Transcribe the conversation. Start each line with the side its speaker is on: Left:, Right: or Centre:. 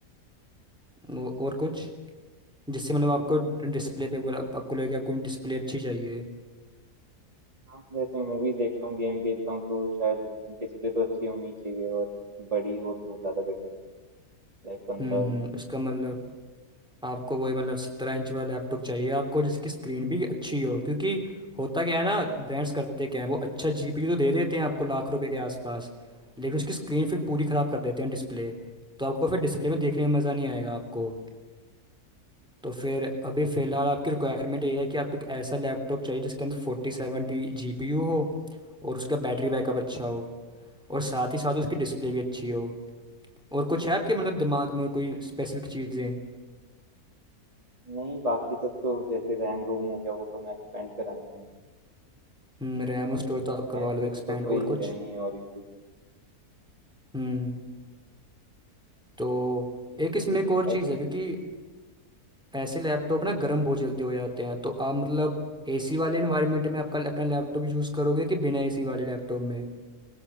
Centre: ओ- और कुछ जिससे मतलब आपको डिस्प्ले पे बोला आपको लगे आपको डिस्प्ले अच्छी चाहिए
Right: हाँ, जैसे मूवीज़ देखता हूँ, गेम खेलता हूँ तो शायद डिस्प्ले तो अच्छी होनी चाहिए और बड़ी हो तो ज़्यादा बेटर है, लाइक 15
Centre: हम्म हम्म
Right: इंच
Centre: उसका मतलब
Right: या 16
Centre: आपको वही मतलब सत्रह इंच वाला लैपटॉप चाहिए आपको जिसकी स्क्रीन भी अच्छी हो क्योंकि होता क्या है ना ब्रांड्स करते क्या है वो अच्छा जीपीयू तो दे देते हैं आपको लाख रुपए के आसपास लेकिन उसकी स्क्रीन फिर पूरी ख़राब कर देते हैं डिस्प्ले तो आपको फिर डिस्प्ले में देखने में मज़ा नहीं आएगा आपको तो फिर अभी फ़िलहाल आपकी रिक्वायरमेंट ये है कि आपको एक ऐसा लैपटॉप चाहिए जिसके अंदर फोर्टी सेवेंटी जी पी यू हो और उसका बैटरी बैकअप अच्छा हो और साथ ही साथ उसकी डिस्प्ले भी अच्छी हो और कुछ है आपके मतलब दिमाग में और कोई स्पेसिफिक चीज़ें
Right: इंच। नहीं, बाकी सब तो जैसे रैम रोम हो गया वो तो मैं एक्सपेंड करा ही दूँगा,
Centre: हम्म रैम और
Right: तो
Centre: स्टोरेज तो आप करवा
Right: एज
Centre: लो
Right: सच
Centre: एक्सपेंड
Right: तो कोई
Centre: और कुछ
Right: है नहीं और इशू।
Centre: हम्म तो
Right: तो ये
Centre: एक इसमें
Right: ये
Centre: एक
Right: जो
Centre: और चीज़
Right: एच
Centre: है क्योंकि ऐसे लैपटॉप ना गर्म बहुत जल्दी हो जाते हैं तो आप मतलब एसी वाले इन्वायरमेंट में आपका अपना लैपटॉप यूज़ करोगे कि बिना एसी वाले लैपटॉप में